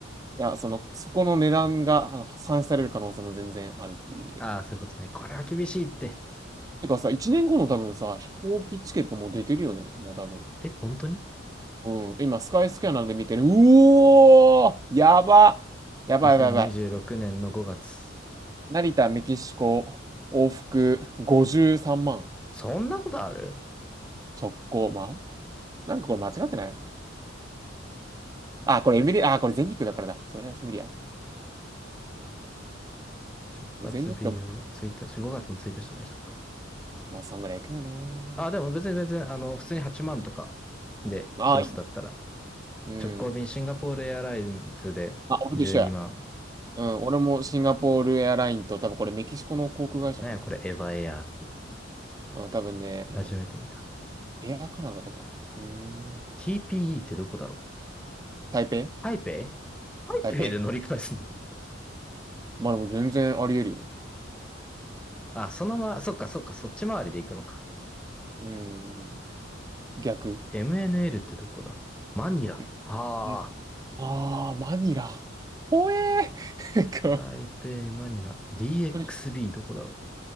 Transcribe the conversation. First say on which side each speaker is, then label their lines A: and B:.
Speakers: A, on the right; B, in the centre.
A: いや、その、そこの値段があの算出される可能性も全然あるっていう意味で。
B: ああ、そういうことね。これは厳しいって。
A: てかさ、1年後の多分さ、飛行機チケットもう出てるよね、もう多分。
B: え、本当に
A: うん、今、スカイスキャナーで見てる。うおーやばやばいやばいやばい。
B: ?2026 年の5月。
A: 成田、メキシコ、往復53万。
B: そんなことある
A: 直行。まあ、なんかこれ間違ってないあ、これエミリ、あ、これ全日空だからだ。それは無理や。
B: 出発日を1日、
A: 全日空、
B: 5月の1日とかにしとくか。
A: まあ、そんぐらい行くよな。
B: ああ、でも別に別に、あの、普通に8万とかでロスだったら、
A: あ、いい。うん。
B: 直行便シンガポールエアラインズで12万。
A: あ、俺と一緒や。うん、俺もシンガポールエアラインと、多分これメキシコの航空会社かな。
B: なんやこれ、エヴァエアーって。
A: うん、多分ね、
B: 初めて見た。
A: エアカナダとかの。うん。
B: TPE ってどこだろう
A: 台北
B: 台北ハイペイで乗り換えすんの
A: 台北まあでも全然あり得るよ。
B: あ、そのま、そっかそっか、そっち回りで行くのか。
A: うん。逆。
B: MNL ってどこだマニラ。
A: え、
B: は
A: えああ、マニラ。怖えー。<laughs> なんか、
B: あ、台北、マニラ。DXB
A: これ
B: どこだろ